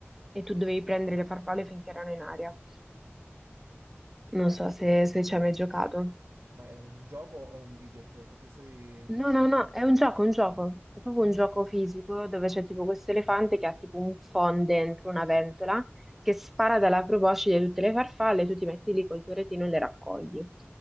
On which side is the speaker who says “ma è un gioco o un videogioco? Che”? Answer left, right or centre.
Right